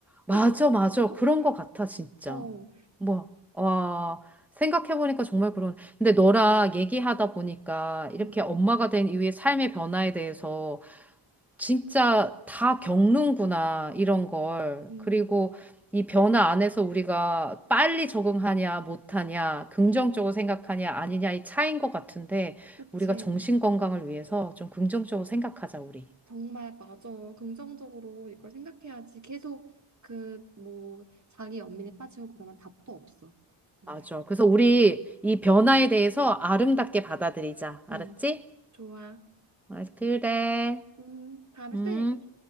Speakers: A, in the centre; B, on the right (about 35°).
A: 맞아,
B: 좀 그런
A: 맞아.
B: 거?
A: 그런 거 같아, 진짜.
B: 어,
A: 뭐, 와, 생각해보니까 정말 그런. 근데 너랑 얘기하다 보니까 이렇게
B: 음,
A: 엄마가 된 이후의 삶의 변화에 대해서 진짜 다 겪는구나, 이런 걸.
B: 음,
A: 그리고 이 변화 안에서 우리가 빨리 적응하냐, 못하냐, 긍정적으로
B: 음,
A: 생각하냐, 아니냐, 이 차이인 것 같은데,
B: 그치.
A: 우리가 정신 건강을 위해서 좀 긍정적으로 생각하자, 우리.
B: 정말 맞아. 긍정적으로 이걸 생각해야지. 계속 그 뭐 자기 연민에 빠지고 그러면 답도 없어. 정말.
A: 맞아. 그래서 우리 이 변화에 대해서 아름답게 받아들이자. 알았지?
B: 음, 좋아.
A: 아, 그래.
B: 음, 다음에
A: 음,
B: 또 얘기해.